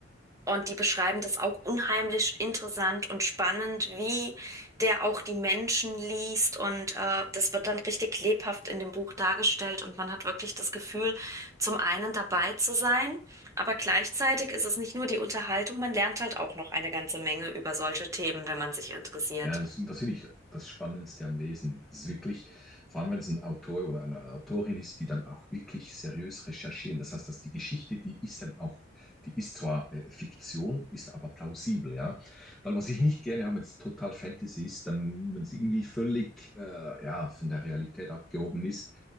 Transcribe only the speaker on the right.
Und die beschreiben das auch unheimlich interessant und spannend, wie der auch die Menschen liest. Und äh, das wird dann richtig lebhaft in dem Buch dargestellt. Und man hat wirklich das Gefühl, zum einen dabei zu sein, aber gleichzeitig ist es nicht nur die Unterhaltung, man lernt halt auch noch eine ganze Menge über solche Themen, wenn man sich interessiert.